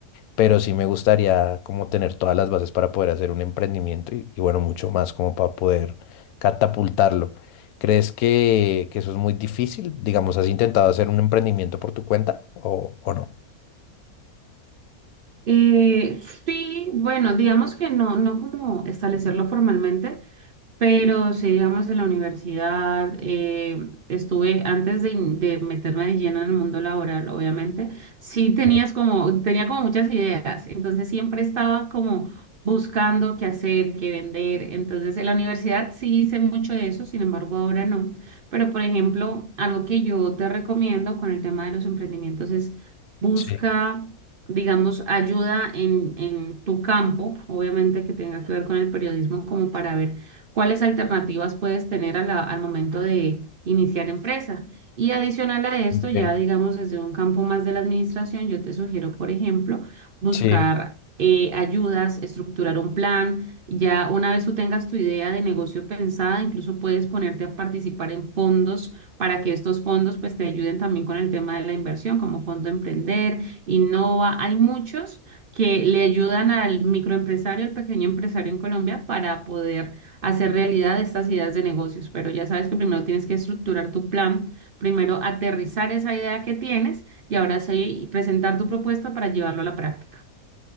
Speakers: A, on the left (about 75°); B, on the right (about 75°).
A: pero sí me gustaría como tener todas las bases para poder hacer un emprendimiento y, y bueno, mucho más como para poder catapultarlo. ¿Crees que, que eso es muy difícil? Digamos, ¿has intentado hacer un emprendimiento por tu cuenta o, o no?
B: Eh, sí, bueno, digamos que no, no como establecerlo formalmente, pero sí, digamos, en la universidad, eh, estuve antes de, in- de meterme de lleno en el mundo laboral, obviamente, sí tenías
A: Sí,
B: como, tenía como muchas ideas, entonces siempre estaba como buscando qué hacer, qué vender, entonces en la universidad sí hice mucho de eso, sin embargo ahora no, pero por ejemplo, algo que yo te recomiendo con el tema de los emprendimientos es busca...
A: sí,
B: digamos, ayuda en, en tu campo, obviamente que tenga que ver con el periodismo, como para ver cuáles alternativas puedes tener a la- al momento de iniciar empresa. Y adicional a esto,
A: ok,
B: ya digamos desde un campo más de la administración, yo te sugiero, por ejemplo, buscar
A: sí.
B: eh, ayudas, estructurar un plan. Ya una vez tú tengas tu idea de negocio pensada, incluso puedes ponerte a participar en fondos para que estos fondos pues te ayuden también con el tema de la inversión, como Fondo Emprender, Innova. Hay muchos que le ayudan al microempresario, al pequeño empresario en Colombia para poder hacer realidad estas ideas de negocios, pero ya sabes que primero tienes que estructurar tu plan, primero aterrizar esa idea que tienes y ahora sí presentar tu propuesta para llevarlo a la práctica.